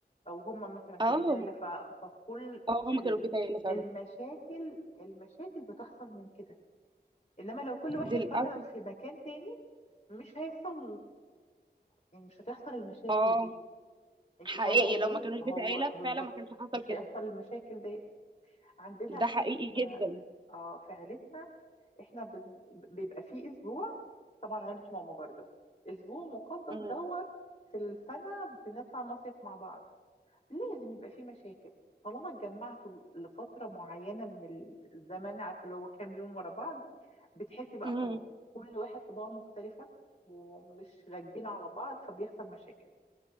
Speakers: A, on the left; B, on the right.
A: أو هما مثلا في
B: اه
A: بيت عيلة ف... فكل
B: اه
A: فالمشاكل
B: هما كانوا في بيت عيله فعلا
A: المشاكل المشاكل بتحصل من كده إنما لو كل
B: للاسف
A: واحد مثلا في مكان تاني مش هيحصل يعني مش هتحصل المشاكل
B: اه
A: دي انت
B: حقيقي
A: فاهمة قصدي
B: لو ما كانوش
A: فهو
B: بيت عيله
A: بالظبط
B: فعلا ما كانش حصل
A: مش
B: كده
A: هيحصل المشاكل دي عندنا
B: ده
A: احنا
B: حقيقي
A: في
B: جدا
A: اه في عيلتنا احنا بن- بيبقى فيه اسبوع طبعا عيلة ماما برضو اسبوع مقدس
B: مم.
A: دوت في السنة بنطلع مصيف مع بعض لازم يبقى فيه مشاكل طالما اتجمعتوا لفترة معينة من ال- الزمن عارفة اللي هو كام يوم ورا بعض بتحسي بقى
B: مم.
A: خلاص كل واحد طباعه مختلفة ومش راكبين على بعض فبيحصل مشاكل